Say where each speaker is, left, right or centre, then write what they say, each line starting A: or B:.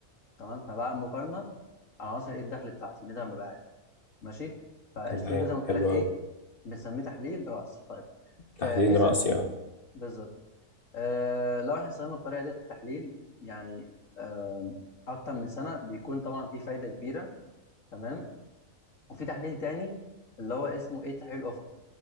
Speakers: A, on the left; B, on the left.
A: تمام فبعمل مقارنه على عناصر ايه الدخل بتاعتي نسبه ما بعد ماشي فالاسلوب
B: تمام
A: ده زي ما قلت
B: حلو
A: لك ايه
B: قوي
A: بنسميه تحليل رأسي طيب
B: تحليل
A: آه اذا
B: رأسي يعني
A: بالظبط آه لو احنا استخدمنا الطريقه ديت في التحليل يعني آه اكتر من سنه بيكون طبعا في فايده كبيره تمام وفي تحليل تاني اللي هو اسمه ايه التحليل الافقي